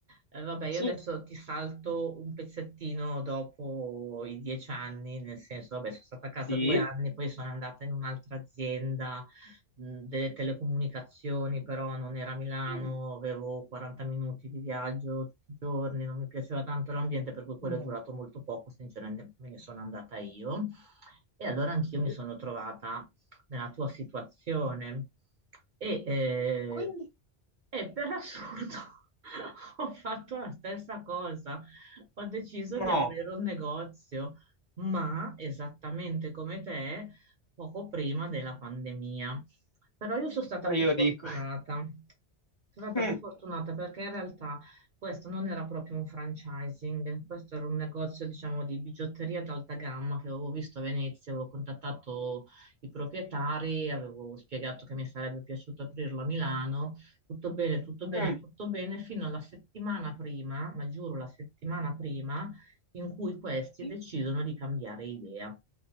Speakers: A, on the right; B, on the left.
A: Eh, vabbè, io
B: Sì,
A: adesso ti salto un pezzettino dopo i dieci anni, nel senso, vabbè, sono stata a casa
B: sì.
A: due anni, poi sono andata in un'altra azienda mh, delle telecomunicazioni, però non era a Milano,
B: Mm,
A: avevo 40 minuti di viaggio tutti i giorni, non mi piaceva tanto l'ambiente, per cui quello
B: mm,
A: è durato molto poco, sinceramente me ne sono andata io. E allora anch'io
B: sì.
A: mi sono trovata nella tua situazione e eh,
B: Quindi,
A: e per assurdo <laughs> ho fatto la stessa cosa. Ho deciso
B: no,
A: di aprire un negozio, ma esattamente come te, poco prima della pandemia. Però io sono stata
B: allora
A: più
B: io
A: fortunata.
B: dico,
A: Sono stata
B: mm,
A: più fortunata perché in realtà questo non era proprio un franchising, questo era un negozio, diciamo, di bigiotteria d'alta gamma che avevo visto a Venezia, avevo contattato i proprietari, avevo spiegato che mi sarebbe piaciuto aprirlo a Milano tutto bene, tutto bene,
B: mm,
A: tutto bene, fino alla settimana prima, ma giuro la settimana prima, in cui questi
B: sì.
A: decidono di cambiare idea,